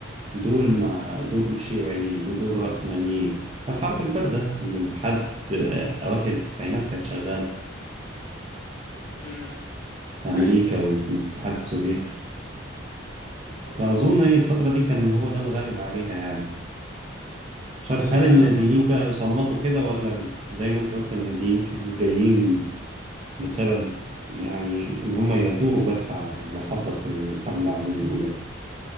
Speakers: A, on the right; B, on the left.
A: دول مع دول شيوعيين ودول رأسماليين الحرب الباردة من لحد آه، أواخر التسعينات كانت شغالة
B: مم.
A: في أمريكا
B: ايوه
A: والاتحاد السوفيتي
B: اه
A: فأظن هي الفترة دي كان هو ده الغالب عليها يعني مش عارف
B: ايوه
A: هل
B: فعلا
A: النازيين
B: معاك حق.
A: بقى يصنفوا كده ولا زي ما انت قلت النازيين كانوا جايين بسبب يعني ان هم يثوروا بس على اللي حصل في الحرب العالمية الأولى